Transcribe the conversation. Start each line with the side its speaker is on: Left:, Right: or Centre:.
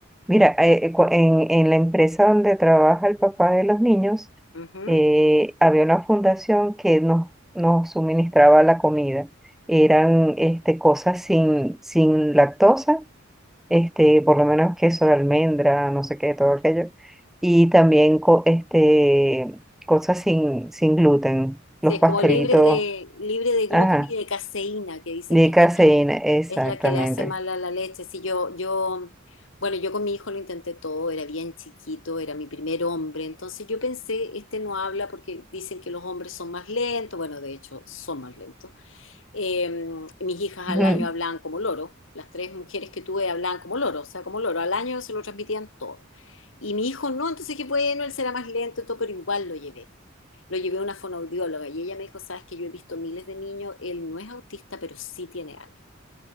Centre: mira, eh, eh, cu- en, en la empresa donde trabaja el papá de los niños,
Left: Ujú.
Centre: eh, había una fundación que nos, nos suministraba la comida. Eran este, cosas sin, sin lactosa, este, por lo menos queso de almendra, no sé qué, todo aquello. Y también co- este, cosas sin, sin gluten,
Left: Sí,
Centre: los
Left: es
Centre: pastelitos
Left: como libre de, libre de gluten
Centre: Ajá,
Left: y de caseína, que dicen
Centre: de
Left: que es
Centre: caseína,
Left: la que,
Centre: exactamente.
Left: es la que le hace mal a la leche. Sí, yo, yo, bueno, yo con mi hijo lo intenté todo, era bien chiquito, era mi primer hombre, entonces yo pensé, este no habla porque dicen que los hombres son más lentos, bueno, de hecho, son más lentos. Eh, mis hijas al
Centre: Ujú,
Left: año hablaban como loro, las tres mujeres que tuve hablaban como loro, o sea, como loro, al año se lo transmitían todo. Y mi hijo no, entonces que bueno, él será más lento y todo, pero igual lo llevé. Lo llevé a una fonoaudióloga y ella me dijo, sabes que yo he visto miles de niños, él no es autista, pero sí tiene algo